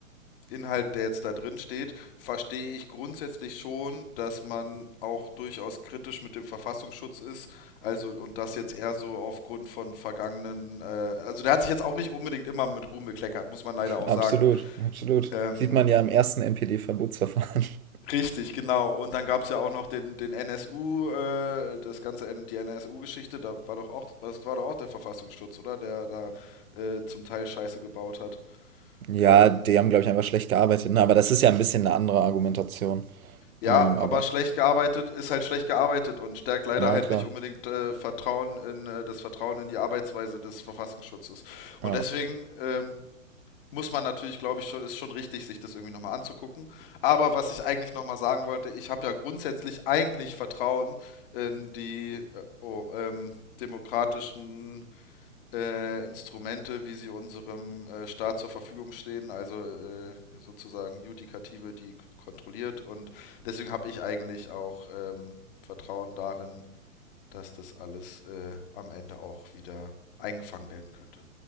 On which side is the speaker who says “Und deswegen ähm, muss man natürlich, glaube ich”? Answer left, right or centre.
Left